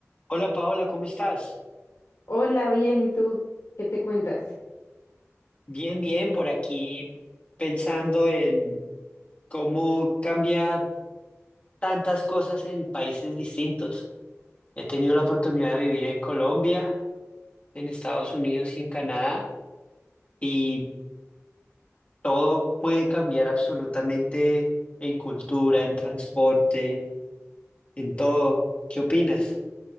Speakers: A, on the left (about 25°); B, on the left (about 85°).
A: Hola Paola, ¿cómo estás?
B: Hola, bien, ¿y tú qué te cuentas?
A: Bien, bien, por aquí pensando en cómo cambia tantas cosas en países distintos. He tenido la oportunidad de vivir en Colombia, en Estados Unidos y en Canadá, y todo puede cambiar absolutamente en cultura, en transporte, en todo. ¿Qué opinas?